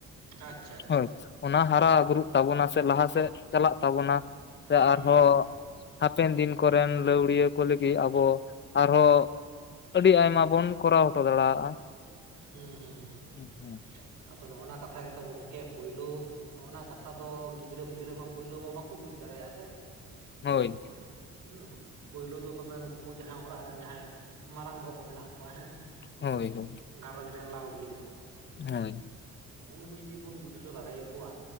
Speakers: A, on the left; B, on the right.
A: ᱾
B: ᱟᱪᱪᱷᱟ ᱟᱪᱪᱷᱟ
A: ᱦᱳᱭ ᱚᱱᱟ ᱦᱟᱨᱟ ᱵᱩᱨᱩᱜ ᱛᱟᱵᱚᱱᱟ ᱥᱮ ᱞᱟᱦᱟ ᱥᱮᱫ ᱪᱟᱞᱟᱜ ᱛᱟᱵᱚᱱᱟ ᱾ ᱥᱮ
B: ᱦᱩᱸ
A: ᱟᱨᱦᱚᱸ
B: ᱦᱩᱸ
A: ᱦᱟᱯᱮᱱ ᱫᱤᱱ ᱠᱚᱨᱮᱱ ᱞᱟᱹᱣᱲᱤᱭᱟᱹ ᱠᱚ ᱞᱟᱹᱜᱤᱫ ᱟᱵᱚ ᱟᱨᱦᱚᱸ ᱟᱹᱰᱤ ᱟᱭᱢᱟ ᱵᱚᱱ ᱠᱚᱨᱟᱣ ᱦᱚᱴᱚ ᱫᱟᱲᱮᱭᱟᱜᱼᱟ ᱾ <inaudible>
B: ᱦᱩᱸ ᱦᱩᱸ ᱦᱩᱸ ᱦᱩᱸ ᱟᱫᱚ ᱱᱚᱜ ᱱᱟ ᱱᱚᱶᱟ ᱠᱟᱛᱷᱟ ᱜᱮᱛᱚ ᱜᱚᱝᱠᱮ, ᱯᱩᱭᱞᱳ ᱱᱚᱜ ᱱᱟ ᱱᱚᱶᱟ ᱠᱟᱛᱷᱟ ᱫᱚ ᱜᱤᱫᱽᱨᱟᱹ ᱜᱤᱫᱽᱨᱟᱹ ᱢᱟ ᱯᱳᱭᱞᱳ ᱢᱟ ᱵᱟᱠᱚ ᱵᱩᱡᱽ ᱫᱟᱲᱮᱭᱟᱜᱼᱟ ᱥᱮ
A: ᱦᱳᱭ
B: ᱦᱮᱸ ᱾ ᱦᱮᱸ ᱯᱳᱭᱞᱳ ᱛᱚᱵᱮ ᱱᱩᱠᱩ ᱡᱟᱦᱟᱸ ᱚᱲᱟᱜ ᱨᱮᱱ ᱡᱟᱦᱟᱸᱭ ᱢᱟᱨᱟᱝ ᱵᱚᱦᱚᱜ ᱠᱚ ᱢᱮᱱᱟᱜ ᱠᱚᱣᱟ ᱦᱮᱸ ᱥᱮ ᱾
A: ᱦᱳᱭ ᱦᱳᱭ ᱾
B: ᱜᱷᱟᱨᱚᱧᱡᱽ ᱨᱮᱱ ᱞᱟᱹᱣᱲᱤᱭᱟᱹ ᱠᱚ ᱾
A: ᱦᱳᱭ ᱾
B: ᱩᱱᱠᱩ ᱡᱩᱫᱤ ᱵᱚᱱ ᱵᱩᱡᱷᱟᱹᱣ ᱫᱟᱲᱮᱭ ᱟᱠᱚᱣᱟ